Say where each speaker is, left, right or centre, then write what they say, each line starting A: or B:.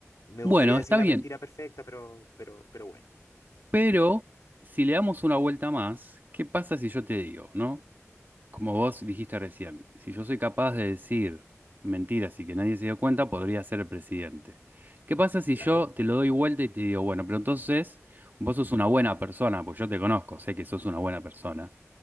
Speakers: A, on the left; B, on the right.
A: me
B: Bueno,
A: gustaría decir
B: está
A: la
B: bien,
A: mentira perfecta, pero, pero, pero bueno,
B: pero si le damos una vuelta más, ¿qué pasa si yo te digo, no? Como vos dijiste recién, si yo soy capaz de decir mentiras y que nadie se dio cuenta, podría ser el presidente. ¿Qué pasa si
A: claro,
B: yo te lo doy vuelta y te digo, bueno, pero entonces vos sos una buena persona, pues yo te conozco, sé que sos una buena persona.